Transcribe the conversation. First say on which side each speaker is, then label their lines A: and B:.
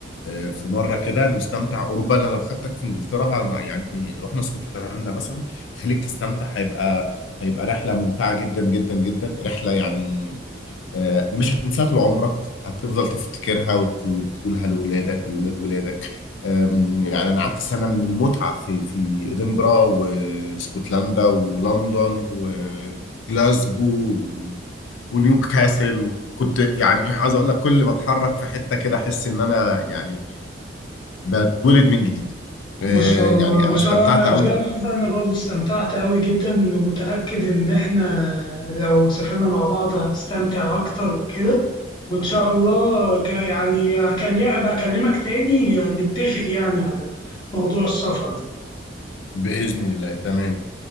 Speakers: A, on the left; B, on the left.
A: آه، في مره كده نستمتع اوروبا انا لو خدتك في انجلترا هن- يعني رحنا اسكتلندا مثلا خليك تستمتع هيبقى هيبقى رحله ممتعه جدا جدا جدا رحله يعني آه، مش هتنساها طول عمرك هتفضل تفتكرها وت- وتقولها لأولادك ولولاد ولادك آم، يعني أنا قعدت سنة من المتعة في في إدنبرا واسكتلندا ولندن وجلاسجو و- ونيوكاسل وكنت يعني عايز أقول لك كل ما أتحرك في حتة كده أحس إن أنا يعني بتولد من جديد آه،
B: ما شاء الله
A: يعني
B: ما
A: أنا
B: شاء
A: استمتعت
B: الله انا
A: أوي
B: بجد انا برضو استمتعت قوي جدا ومتاكد ان احنا لو سافرنا مع بعض هنستمتع اكتر وكده وان شاء الله ك... يعني هكلم ابقى اكلمك تاني نتفق يعني على موضوع السفر ده
A: بإذن الله تمام